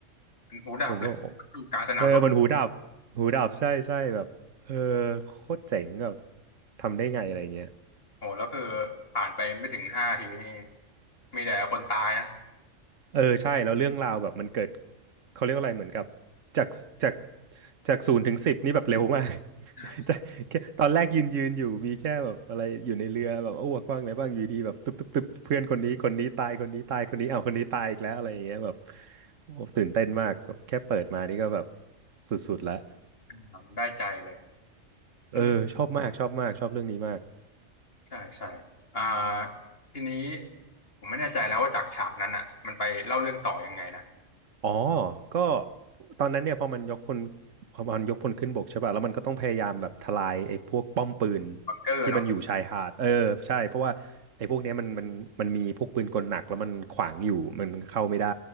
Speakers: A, on the left (about 50°); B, on the right (about 80°).
A: มันหูดับเลยอยู่กลางสนามรบ
B: ผมว่าโอ้เออมันหูดับหูดับใช่ใช่แบบเออโคตรเจ๋งแบบทำได้ไงอะไรเงี้ย
A: โหแล้วคือผ่านไปไม่ถึงห้าทีนี่มีแต่คนตายนะ
B: เออใช่แล้วเรื่องราวแบบมันเกิดเขาเรียกอะไรเหมือนกับจากจากจากศูนย์ถึงสิบนี่แบบเร็วมาก
A: ใช่ใช่
B: <laughs> จากแค่ตอนแรกยืนยืนอยู่มีแค่แบบอะไรอยู่ในเรือแบบอ้วกว่างอะไรบ้างอยู่ดีแบบตึ๊บตึ๊บตึ๊บเพื่อนคนนี้คนนี้ตายคนนี้ตายคนนี้อ้าวคนนี้ตายอีกแล้วอะไรอย่างเงี้ยแบบโอ้ตื่นเต้นมากแบบแค่เปิดมานี่ก็แบบสุดๆแล้ว
A: อืมได้ใจเลย
B: เออชอบมากชอบมากชอบเรื่องนี้มาก
A: อืมใช่ใช่อ่าทีนี้ผมไม่แน่ใจแล้วว่าจากฉากนั้นอ่ะมันไปเล่าเรื่องต่อยังไงนะ
B: อ๋อก็ตอนนั้นเนี่ยพอมันยกพลพอมันยกพลขึ้นบกใช่ป่ะแล้วมันก็ต้องพยายามแบบทลายไอ้พวกป้อมปืน
A: บังเกอร์เนาะ
B: ที่มันอยู่ชายหาดเออใช่เพราะว่าไอ้พวกเนี้ยมันมันมันมีพวกปืนกลหนักแล้วมันขวางอยู่มันเข้าไม่ได้